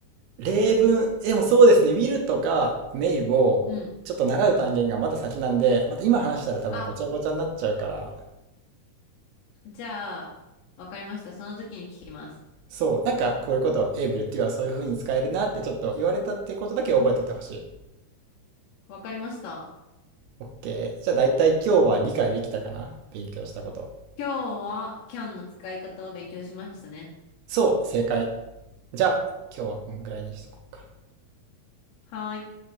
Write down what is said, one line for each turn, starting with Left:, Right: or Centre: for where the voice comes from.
Right: 例文、でもそうですね、will とか may をちょっと習う単元がまだ先なんで、
Left: うん。
Right: また今話したら多分ごちゃごちゃになっちゃうから、
Left: あ、じゃあ、わかりました。その時に聞きます。
Right: そう、なんかこういうこと、able っていうのはそういう風に使えるなってちょっと言われたってことだけ覚えとってほしい。
Left: わかりました。
Right: OK。じゃあ大体今日は理解できたかな勉強したこと。
Left: 今日はキャンの使い方を勉強しましたね。
Right: そう、正解。じゃあ今日はこんぐらいにしとこうか。
Left: はーい。